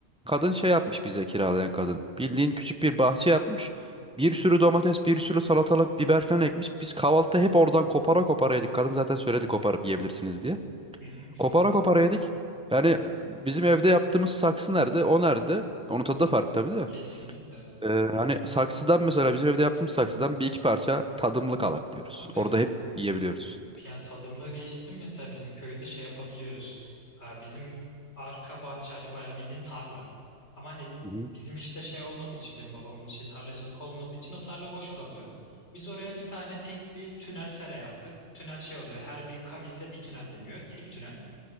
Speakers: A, in the centre; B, on the left.
A: Kadın şey yapmış bize kiralayan kadın. Bildiğin küçük bir bahçe yapmış. Bir sürü domates, bir sürü salatalık, biber falan ekmiş. Biz kahvaltıda hep oradan kopara kopara yedik. Kadın zaten söyledi koparıp yiyebilirsiniz diye.
B: hı hı. <laughs>
A: Kopara kopara yedik. Yani e, bizim evde yaptığımız saksı nerede? O nerede? Onun tadı da farklı tabii de.
B: Kesinlikle.
A: Ee, hani saksıdan mesela bizim evde yaptığımız saksıdan bir iki parça tadımlık alabiliyoruz.
B: Abi
A: Orada hep yiyebiliyoruz.
B: Yani tadımla geçtim mesela bizim köyde şey yapabiliyoruz. Ee, Bizim arka bahçe hani bayağı bildiğin tarla. Ama hani
A: Hı hı.
B: bizim işte şey olmadığı için benim babamın işi tarlacılık olmadığı için o tarla boş kalıyor. Biz oraya bir tane tek bir tünel sera yaptık. Tünel şey oluyor her bir kavise bir tünel deniyor. Tek tünel.